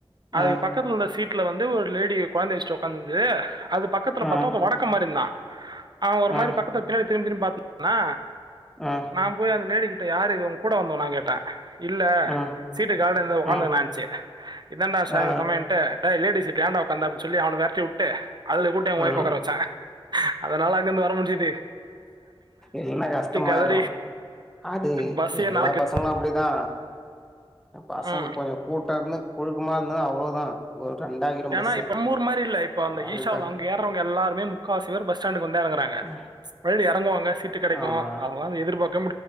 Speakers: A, on the right (about 45°); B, in the centre.
A: அதுக்கு
B: ம்
A: பக்கத்துல உள்ள சீட் ட்ல வந்து ஒரு லேடி கொழந்தைய வச்சுட்டு ஒக்காந்துருந்தது அது பக்கத்துல
B: ம்
A: பாத்தா ஒர்த வடக்க மாரி இருந்தா ஆ ஒரு மாறி
B: ம்
A: பக்கத்து திரும்பி திரும்பி பாத்துட் <inaudible> ணா
B: ம்
A: நா போய் அந்த லோடிகிட் யாரு இது உங்க கூட வந்தவனானு கேட்டே இல்ல
B: ம்
A: சீட்டு காலிந்து ஒக்காந்துகுநன்சீ
B: ம்
A: இதண்டா சாமி
B: ஆ
A: சமயன்டு டேய் லேடிஸ் சீட்ல ஏண்டா ஓக்காந்த அப்டி சொல்லி அவன வெரட்டி ந்து அல்லு கூப்டு எ
B: ம்
A: ஒய்ஃப்ப ஒக்கார வச்சாசங்ங அதனால அங்கிருந்து வர முஞ்சிது
B: என்ன கஷ்டமாயிடு
A: கதறி
B: அது
A: பஸ்ஸே
B: எல்லா
A: நாளைக்கு
B: பசங்களு அப்புடிதா இந்த பசங்க
A: ம்
B: கொஞ்சொ கூட்டொ இருந்து புழுக்கமா இருந்தா அவ்ளோதா ஒரு ரெண்டாக்கிடு
A: ஏன்னா
B: பஸ்ஸ
A: இப்ப நம்மூர் மாரி இல்ல இப்ப அந்த
B: அதுக்கா
A: ஈஷாவ்ல அங்க ஏறவங்க எல்லாருமே முக்காவாசி பேர் பஸ்ஸாண்டக்கு வந் டறங்குறாங்க
B: ம்
A: மெலடி யார் தங்குவாங்க சீட்டு கடைக்கு
B: ஆமா
A: அவ்ங்கலா அத எதுர்பாக்